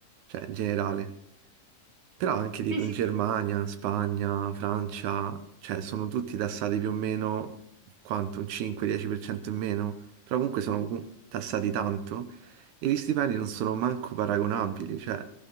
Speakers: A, on the right; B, on the left.
A: Cioè, in generale. Però anche tipo
B: Sì, sì,
A: in Germania,
B: sì.
A: Spagna, Francia, cioè sono tutti tassati più o meno quanto, un 5-10% in meno, però comunque sono comu- tassati tanto e gli stipendi non sono manco paragonabili, cioè